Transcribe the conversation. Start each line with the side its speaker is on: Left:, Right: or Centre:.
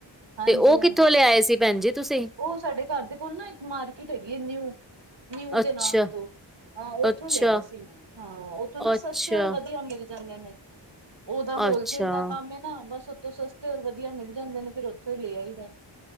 Right: ਹਾਂਜੀ
Centre: ਤੇ ਉਹ
Right: ਹਾਂਜੀ
Centre: ਕਿੱਥੋਂ ਲਿਆਏ ਸੀ ਭੈਣ ਜੀ ਤੁਸੀਂ।
Right: ਉਹ ਸਾਡੇ ਘਰ ਦੇ ਕੋਲ ਨਾ ਇੱਕ ਮਾਰਕੀਟ ਹੈਗੀ ਆ ਨਿਊ ਨਿਊ
Centre: ਅੱਛਾ
Right: ਦੇ ਨਾਮ ਤੋਂ। ਹਾਂ ਉੱਥੋਂ
Centre: ਅੱਛਾ
Right: ਲਿਆ ਸੀ ਮ ਹਾਂ ਉੱਥੋਂ ਨਾ
Centre: ਅੱਛਾ
Right: ਸਸਤੇ ਔਰ ਵਧੀਆ ਮਿਲ ਜਾਂਦੇ ਨੇ। ਉਹ ਤਾਂ ਹੋਲਸੇਲ
Centre: ਅੱਛਾ
Right: ਦਾ ਕੰਮ ਹੈ ਨਾ ਬਸ ਉਤੋਂ ਸਸਤੇ ਵਧੀਆ ਮਿਲ ਜਾਂਦੇ ਨੇ ਫਿਰ ਉਥੋਂ ਹੀ ਲੈ ਆਈਦਾ।